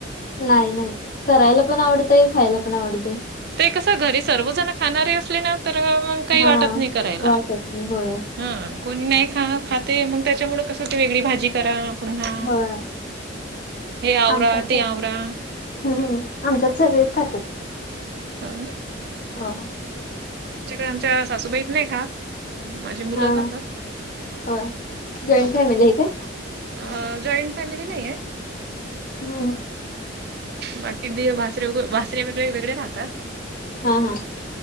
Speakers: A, on the left; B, on the right.
A: नाही नाही. करायला पण आवडतय. खायला पण आवडतय.
B: ते कस? घरी सर्वजण खाणारे असले ना, तर मग काही
A: हा
B: वाटत नाही करायला.
A: वाटत नाही होय.
B: हं. कोणी नाही खा खातय. मग त्याच्यामुळे कसं ते वेगळी भाजी करा. पुन्हा
A: होय
B: हे आवरा.
A: आमच्यात
B: ते
A: तसं.
B: आवरा.
A: हम्म. आमच्यात सगळेच खातात.
B: हो ना.
A: हो.
B: आमच्याकडे आमच्या सासूबाई त नाही खात. माझी मुलं
A: हा
B: खातात.
A: होय जॉईंट
B: हो.
A: फॅमिली आहे काय?
B: अ. जॉइंट फॅमिली नाहीए.
A: हो.
B: बाकी दीर, भासरे- भासरे वेगळे वेगळे राहतात.
A: हा हा.